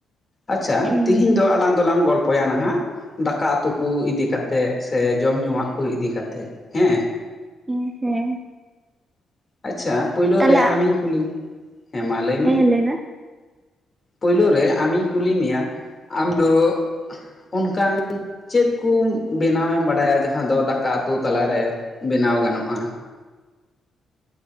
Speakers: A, on the left; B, on the right.
A: ᱟᱪᱪᱷᱟ
B: ᱦᱮᱸ
A: ᱛᱤᱦᱤᱧ ᱫᱚ ᱟᱞᱟᱝ ᱫᱚ ᱞᱟᱝ ᱜᱚᱞᱯᱚᱭᱟ ᱱᱟᱦᱟᱜ ᱼᱼ ᱫᱟᱠᱟ ᱩᱛᱩ ᱠᱚ ᱤᱫᱤ ᱠᱟᱛᱮᱜ ᱥᱮ ᱡᱚᱢ ᱧᱩᱣᱟᱜ ᱠᱚ ᱤᱫᱤ ᱠᱟᱛᱮᱜ ᱦᱮᱸ ᱾
B: ᱦᱮᱸ ᱦᱮᱸ ᱾
A: ᱟᱪᱪᱷᱟ ᱯᱳᱭᱞᱳ
B: ᱛᱟᱦᱞᱮ
A: ᱨᱮ ᱟᱢᱤᱧ ᱠᱩᱞᱤ, ᱦᱮᱸ ᱢᱟ ᱞᱟᱹᱭᱢᱮ
B: ᱦᱮᱸ
A: ᱾
B: ᱞᱟᱹᱭ ᱢᱮ
A: ᱯᱳᱭᱞᱳ ᱨᱮ ᱟᱢᱤᱧ ᱠᱩᱞᱤ ᱢᱮᱭᱟ, ᱟᱢ ᱫᱚ ᱚᱱᱠᱟᱱ ᱼᱼ ᱪᱮᱫ ᱠᱚ ᱵᱮᱱᱟᱣ ᱮᱢ ᱵᱟᱰᱟᱭᱟ ᱡᱟᱦᱟᱸ ᱫᱚ ᱫᱟᱠᱟ ᱩᱛᱩ ᱛᱟᱞᱟᱨᱮ ᱵᱮᱱᱟᱣ ᱜᱟᱱᱚᱜᱼᱟ?